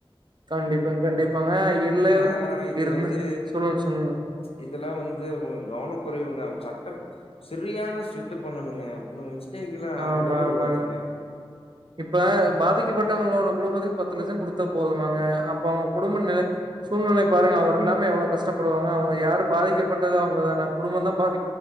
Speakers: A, on the right (about 50°); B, on the left (about 80°).
A: கண்டிப்பாங் கண்டிப்பாங்க இல்ல
B: ஏன்னா இது
A: இருந்து
B: வந்து
A: சொல்லுங்க சொல்லுங்க
B: இதெல்லா வந்து அவங்க கவனக்குறைவுங்க சட்ட செரியான ஸ்டிட்டு பண்ணணுங்க உங்க மிஸ்டேகுலா
A: ஆமா,
B: விடவே கூடாதுங்க
A: ஆமா. இப்ப பாதிக்கப்பட்டவங்களோட குடும்பத்துக்கு பத்து லட்சோ குடுத்தா போதுமாங்க அப்ப அவங்க குடும்ப நெல சூழ்நிலை பாருங்க அவர் இல்லாம எவ்ளோ கஷ்டப்படுவாங்க அவங்க யாரு பாதிக்கப்பட்டது அவங்க தான குடும்பந்தா பாதி